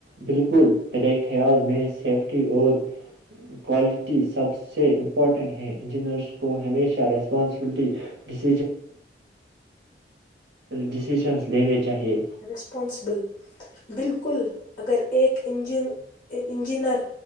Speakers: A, on the right (about 75°); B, on the left (about 25°).
A: بالکل میرے خیال میں سیفٹی اور کوالٹی سب سے امپورٹنٹ ہے انجینئرس کو ہمیشہ ریسپانسبلٹی ڈ ڈسیزنس لینے چاہیے
B: ریسپانسبل بالکل اگر ایک انجن انجینر